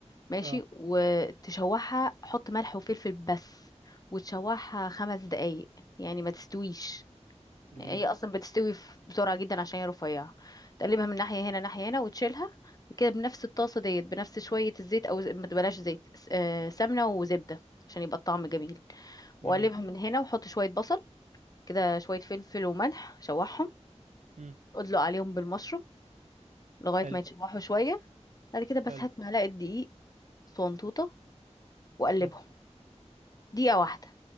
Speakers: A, on the left; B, on the right.
A: ماشي
B: اه
A: وتشوحها حط ملح وفلفل بس وتشوحها خمس دقايق يعني ما تستويش
B: جميل
A: هي اصلا بتستوي ف- بسرعه جدا عشان هي رفيعه تقلبها من ناحيه هنا ناحيه هنا وتشيلها كده بنفس الطاسه ديت بنفس شويه الزيت او ز- ما تبلاش زيت س- آه، سمنه وزبده عشان يبقى الطعم جميل
B: جميل
A: وقلبها من هنا وحط شويه بصل كده شويه فلفل وملح شوحهم
B: امم
A: ادلق عليهم بالمشروم لغايه
B: حلو
A: ما يتشوحوا شويه بعد كده بس
B: حلو
A: هات معلقه دقيق صنطوطه وقلبهم
B: اه
A: دقيقه واحده